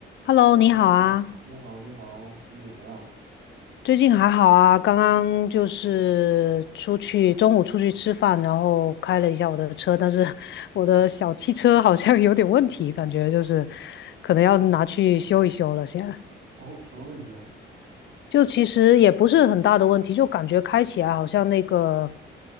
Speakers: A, on the left; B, on the right.
A: Hello，
B: Hello，
A: 你好啊，
B: 你好，你好，最近怎么样？
A: 最近还好啊？刚刚就是出去，中午出去吃饭，然后开了一下我的车，但是 <laughs> 我的小汽车好像有点问题，感觉就是可能要拿去修一修了。现在
B: 哦，什么问题啊？
A: 就其实也不是很大的问题，就感觉开起来好像那个，